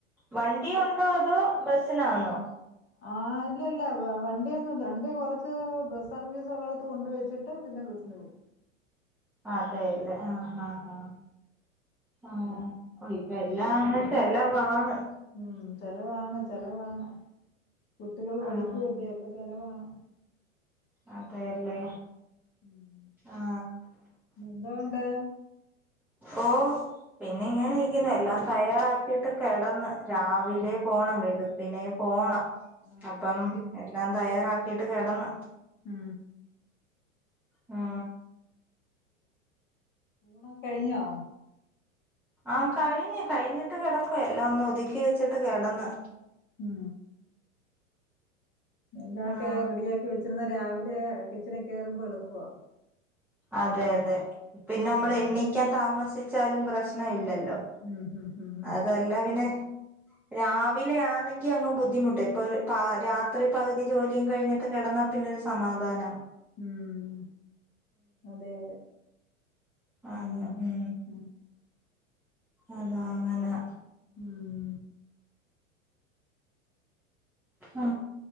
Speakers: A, in the centre; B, on the left.
A: വണ്ടി ഉണ്ടോ അതോ ബസ്സിനന്നോ
B: ആ ഇല്ല ഇല്ല വണ്ടിയൊന്നുംല്ല രണ്ടി കൊറച്ച് ബസ് സർവീസ് ഉള്ളടടുത്ത് കൊണ്ടുവെച്ചിട്ട്. ബിസിനവും
A: അതെല്ലേ ആ ആ ആ ആ
B: അങ്ങനെ
A: ഇപ്പ എല്ലാം അങ്ങ ചല വാണ്.
B: മ് ചെലവാണ് ചെിലവാണ് കുട്ടികള്
A: ആഹ്
B: പഠിക്കല്ലേ അപ്പ. ചെലവാണ്.
A: അതെല്ലേ
B: ഉം ഉം
A: ആ
B: എന്തോണ്ട്
A: ഓ പിന്നെ ഇങ്ങന ഇക്ക്ന്ന് എല്ലാം തയ്യാറാക്കിയിട്ട് കിടന്ന്. രാവിലെ
B: ആ
A: പോണം വെളുപ്പിനെ പോണം
B: ആ
A: അപ്പം
B: അത്
A: എല്ലാം തയ്യാറാക്കി. ക്കിട്ട് കിടന്നു.
B: മ്
A: ആ
B: മ്മ് കഴിഞ്ഞോ?
A: ആ കഴിഞ്ഞു കഴിഞ്ഞിട്ട് കിടക്കുവ എല്ലാം ഒന്ന് ഒതുക്കി വെച്ചിട്ട് കിടന്ന്.
B: മ് എല്ലാം ഒക്കെ
A: ആഹ്
B: റെഡിയാക്കി വെച്ചിരുന്ന രാവിലെ കിച്ചണി കേറുമ്പോ എളുപ്പവാ.
A: അതെ അതെ പിന്നെ
B: ഉം
A: നമ്മൾ എണ്ണിക്കാൻ താമസിച്ചാലും പ്രശ്ന ഇല്ലല്ലോ. ല്ലോ
B: ഉം ഉം ഉം ഉം
A: അതല്ല പിന്നെ- രാവിലെ ആണെങ്കി അങ്ങ് ബുദ്ധിമുട്ട് ഇപ്പൊ രാത്രി പകുതി ജോലിയും കഴിഞ്ഞിട്ട് കിട- ന്നാ പിന്നെ ഒരു സമാധാനം.
B: ഉം അതെ അതെ.
A: അതെ
B: ഉം
A: മ്.
B: ഉം
A: അതാ അങ്ങനെ-
B: മ്
A: ആ